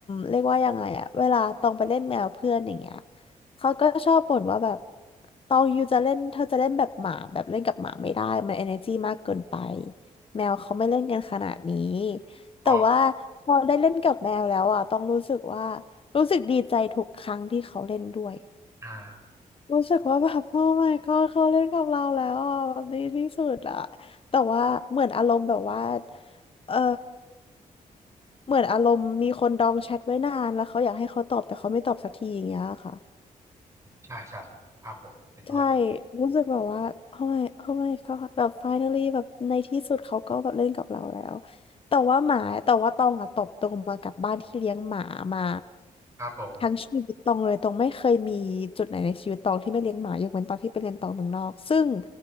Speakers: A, on the left; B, on the right.
A: เรียกว่ายังไงอ่ะเวลาตองไปเล่นแมวเพื่อนอย่างเงี้ยเขาก็ชอบบ่นว่าแบบตองยูจะเล่นเธอจะเล่นแบบหมาแบบเล่นกับหมาไม่ได้มันเอเนอร์จีมากเกินไปแมวเขาไม่เล่นกันขนาดนี้แต่ว่าพอได้เล่นกับแมวแล้วอ่ะตองรู้สึกว่า
B: อ๋อ
A: รู้สึกดีใจทุกครั้งที่เขาเล่นด้วย
B: อ่า
A: รู้สึกว่าแบบโอ้ my god เขาเล่นกับเราแล้วอ่ะแบบนี้ที่สุดอ่ะแต่ว่าเหมือนอารมณ์แบบว่าเออเหมือนอารมณ์มีคนดองแชทไว้นานแล้วเขาอยากให้เขาตอบแต่เขาไม่ตอบสักทีอย่างเงี้ยค่ะ
B: ใช่ใช่ครับผมเห็นด้วย
A: ใช่รู้สึกแบบว่าโอ้ my โอ้ my god แบบ finally แบบในที่สุดเขาก็แบบเล่นกับเราแล้วแต่ว่าหมาแต่ว่าตองอะตบตรงมากับบ้านที่เลี้ยงหมามา
B: ครับผม
A: ทั้งชีวิตตองเลยตองไม่เคยมีจุดไหนในชีวิตตองที่ไม่เลี้ยงหมายกเว้นตอนที่ไปเรียนต่อเมืองนอกซึ่ง